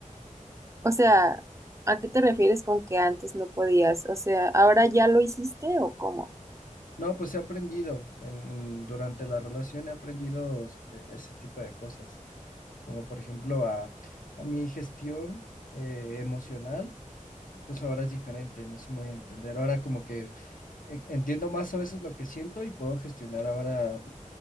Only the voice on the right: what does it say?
O sea, ¿a qué te refieres con que antes no podías? O sea, ¿ahora ya lo hiciste o cómo?